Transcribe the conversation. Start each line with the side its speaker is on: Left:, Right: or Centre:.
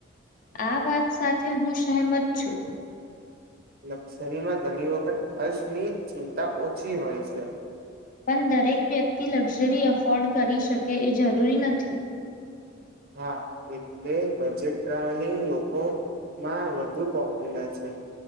Left: આ વાત સાથે હું સેહમત છું.
Right: લક્સરીમાં ઘણી વખત ખર્ચની ચિંતા ઓછી હોય છે.
Left: પણ દરેક વ્યક્તિ લક્ઝરી અફોર્ડ કરી શકે એ જરૂરી નથી.
Right: હા, એટલે બજેટ ટ્રાવેલિંગ લોકોમાં વધુ પોપ્યુલર છે.